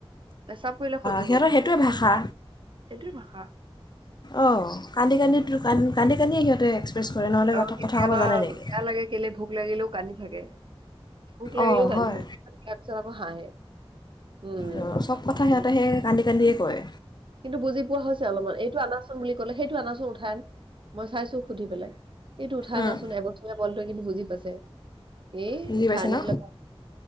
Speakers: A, on the right; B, on the left.
A: পেচাপ পৰিলে সহ্য
B: সিহঁতৰ
A: কৰিব,
B: সেইটোৱে ভাষা
A: সেইটোয়ে বা হা।
B: অ, কান্দি কান্দি কান্দি কান্দি সিহঁতে কৰে নহ'লে
A: আৰু
B: কথা
A: কেতিয়াবা
B: কথা ক'ব জানে নেকি
A: বেয়া লাগে কেলে ভোক লাগিলেও কান্দি থাকে। ভোক লাগিলেও
B: অঁ
A: কান্দি
B: হয়
A: থাকে, তাৰ পিছত আকৌ হাঁহে, উম।
B: অ, চব কথা সিহঁতে সেই কান্দি কান্দিয়ে কয়
A: কিন্তু বুজি পোৱা হৈছে অলপমান এইটো আনাচোন বুলি কলে সেইটো আনাচোন উঠাই মই চাইছো সুধি পেলাই। এইটো উঠাই
B: উম,
A: আনাচোন এবছৰে বলটো কিন্তু বুজি পাইছে।। তে। এ
B: বুজি
A: উঠাই
B: পাইছে
A: আনি
B: ন
A: পেলাই,